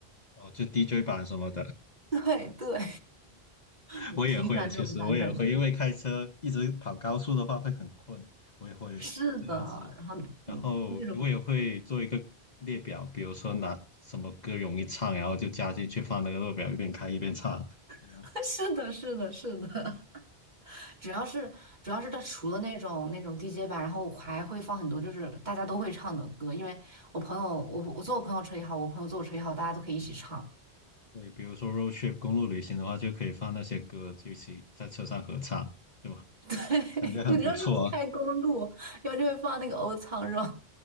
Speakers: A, on the left; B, on the right.
A: 哦，就 DJ 版什么的。
B: <laughs> 对对，<laughs>
A: <laughs> 我也会啊，
B: 挺喜欢这种版本的。
A: 其实我也会，因为开车一直跑高速的话会很困，我也会这样子。
B: 是的，然后嗯那种
A: 然后我也会做一个列表，比如说拿什么歌容易唱，然后就加进去放那个列表，一边开一边唱。对
B: <laughs> 是的，是的，是的。主要是主要是它除了那种那种 DJ 版，然后我还会放很多就是大家都会唱的歌，因为我朋友我我坐我朋友车也好，我朋友坐我车也好，大家都可以一起唱。
A: 比如说 road trip 公路旅行的话，就可以放那些歌，就一起在车上合唱，对吧？
B: <laughs>
A: 感觉很不错啊。
B: 对，你要是开公路，然后就会放那个欧唱肉。